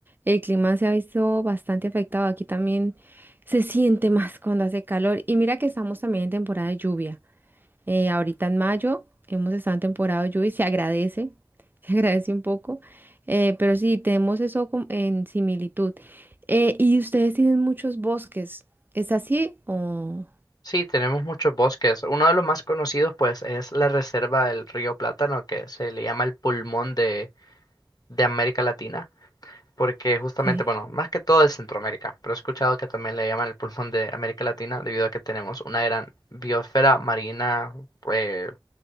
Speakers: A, on the right (about 25°); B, on the left (about 50°).
A: el clima se ha visto bastante afectado. Aquí también se siente más cuando hace calor. Y mira que estamos también en temporada de lluvia. Eh, ahorita en mayo hemos estado en temporada de lluvia y se agradece, <laughs> se agradece un poco. Eh, pero sí, tenemos eso com- en similitud. Eh, y ustedes tienen muchos bosques. ¿Es así? Oh,
B: Sí, tenemos muchos bosques. Uno de los más conocidos, pues, es la reserva del río Plátano, que se le llama el pulmón de, de América Latina. porque justamente,
A: ok.
B: bueno, más que todo es Centroamérica, pero he escuchado que también le llaman el pulmón de América Latina debido a que tenemos una gran biosfera marina, eh,